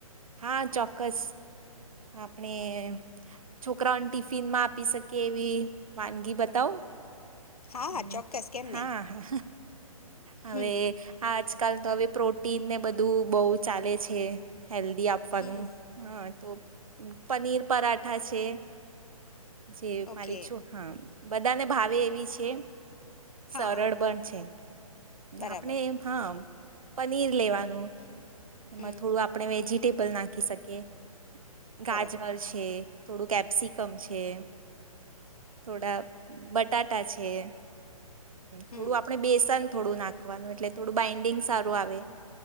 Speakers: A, on the right; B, on the left.
A: હા ચોક્કસ આપણે છોકરાઓને ટિફિનમાં આપી શકીએ એવી વાનગી બતાવો.
B: હા
A: હમ
B: હા ચોક્કસ કેમ
A: હા
B: નહીં
A: હા હવે
B: હમ
A: આજ. આજકાલ તો હવે પ્રોટીન ને બધું બહુ ચાલે છે. હેલ્ધી આપવાનું
B: હમ
A: હ. તો પનીર પરાઠા છે. જે
B: ઓકે
A: પી છો હા. બધા ને ભાવે એવી છ છે.
B: હા
A: સરળ
B: હા
A: પણ છે,
B: બરાબર
A: આપણે એમ હા. પનીર લેવાનું. એમાં
B: હમ
A: થોડું આપણે વેજી ટેબલ નાખી શકીએ ગાજનર
B: બરાબર
A: છે થોડું કેપ્સિકમ છે, થોડા બટાટા છે. છે.
B: હમ
A: થોડું આપડે બેસન થોડું નાખવાનું એટલે થોડું બાઈન્ડિંગ સારું આવે.